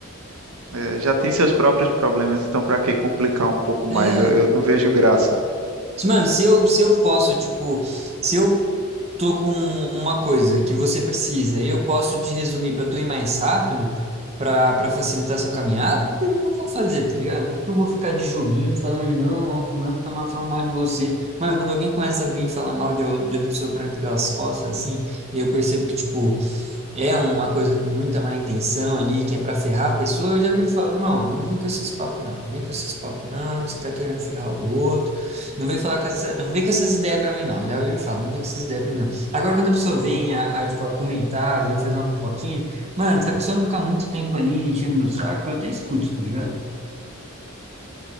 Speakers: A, on the right (about 80°); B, on the right (about 30°).
A: É, já tem seus próprios problemas, então para que complicar um pouco mais?
B: É,
A: Eu, eu não vejo graça.
B: Se- Mano, se eu, se eu posso, tipo, se eu tô com uma coisa que você precisa e eu posso te resumir pra tu ir mais rápido, pra para facilitar sua caminhada, por que que eu não vou fazer, tá ligado? Por que que eu vou ficar de joguinho falando, não, ó, fulano tá ma- falando mal de você. Mano, quando alguém começa a vir falar mal de, ou- de outra pessoa pra mim pelas costas, assim, e eu percebo que, tipo, é uma coisa com muita má intenção ali, que é para ferrar a pessoa, eu já vi ele falar, irmão, não vem com esses papos não, vem com esses papos não, que você tá querendo ferrar o outro, não vem falar com essa, não vem com essas ideias para mim não, já ouvi ele falar, não vem com essas ideias para mim não. Agora quando a pessoa vem a, a, tipo, a comentar, vem fazer uma fofoquinha, mano, se a pessoa não ficar muito tempo ali enchendo meu saco, eu até escuto, tá ligado?